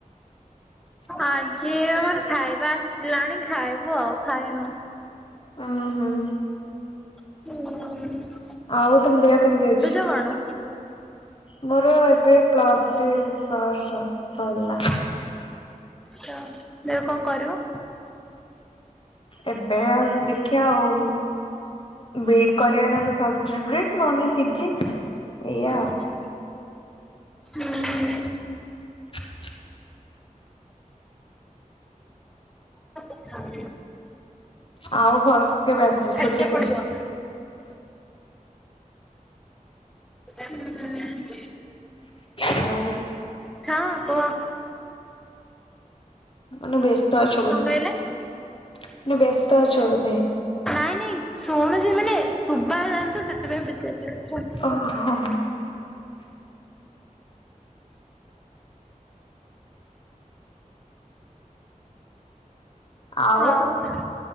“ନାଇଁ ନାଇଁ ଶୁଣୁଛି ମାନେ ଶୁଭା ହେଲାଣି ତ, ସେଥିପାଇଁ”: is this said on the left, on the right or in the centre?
Centre